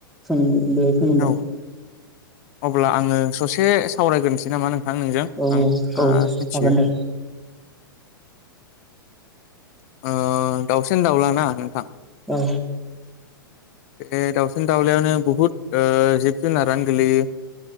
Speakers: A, in the centre; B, on the left.
A: सों। बे <unintelligible>
B: औ अब्ला आङो ससे सावरायग्रोनोसै नामा नों। थां नोंजों
A: औ
B: आं
A: औ
B: मिथियो।
A: हागोन दे
B: ओ दाउसिन दाउलाना नोंथां।
A: औ।
B: बे दावसिन दाउलायावनो बुहुत ओ जिब जुनारानो गोलैयो।